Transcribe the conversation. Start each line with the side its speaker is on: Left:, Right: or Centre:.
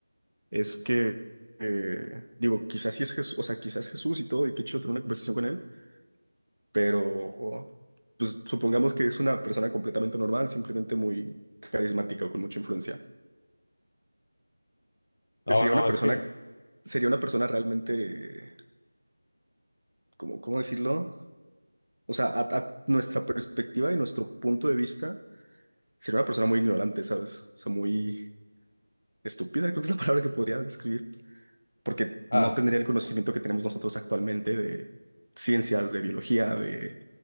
Right: es que, eh, digo, quizás sí es Jesús, o sea, quizás Jesús y todo, y qué chido tener una conversación con él, pero pues supongamos que es una persona completamente normal, simplemente muy carismática o con mucha influencia.
Left: no,
Right: Sería
Left: no,
Right: una persona,
Left: es que,
Right: sería una persona realmente, ¿cómo, cómo decirlo? O sea, a, a nuestra perspectiva y nuestro punto de vista, sería una persona muy ignorante, ¿sabes? O sea, muy estúpida, creo que es la palabra que podría describir, porque
Left: ah,
Right: no tendría el conocimiento que tenemos nosotros actualmente de ciencias, de biología, de